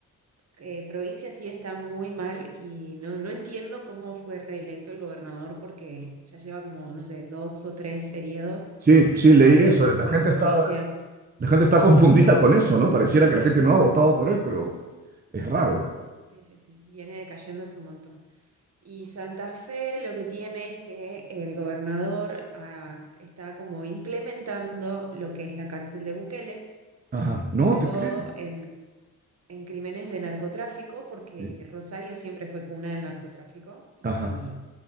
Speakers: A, on the right; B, on the right.
A: Eh, provincia sí está muy mal y no, no entiendo cómo fue reelecto el gobernador porque ya lleva como, no sé, dos o tres periodos
B: Sí,
A: en
B: sí,
A: los
B: leí
A: cuales
B: eso.
A: la
B: La
A: pro-
B: gente
A: provincia
B: está. La gente está <laughs> confundida con eso, ¿no? Pareciera que la gente no ha votado
A: eh,
B: por él, pero es raro.
A: sí, sí, sí, viene decayendo hace un montón. Y Santa Fe lo que tiene es que el gobernador ah, está como implementando lo que es la cárcel de Bukele,
B: Ajá.
A: sobre
B: No, te
A: todo
B: creen.
A: en, en crímenes de narcotráfico, porque
B: Sí.
A: Rosario siempre fue cuna del narcotráfico y,
B: Ajá.